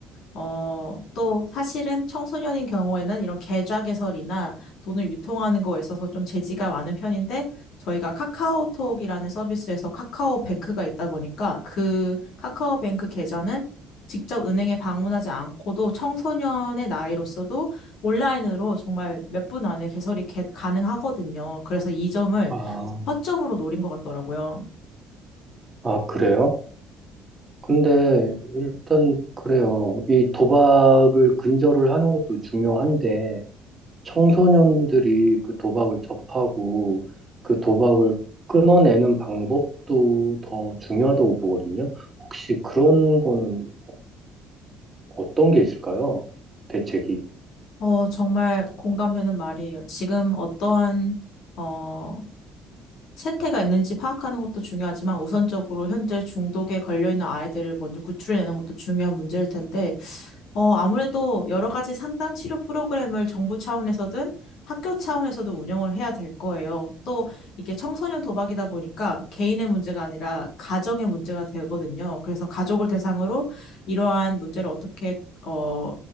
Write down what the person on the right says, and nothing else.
아,
아, 그래요? 근데 일단 그래요. 이 도박을 근절을 하는 것도 중요한데 청소년들이 그 도박을 접하고 그 도박을 끊어내는 방법도 더 중요하다고 보거든요. 혹시 그런 거는 어떤 게 있을까요? 대책이.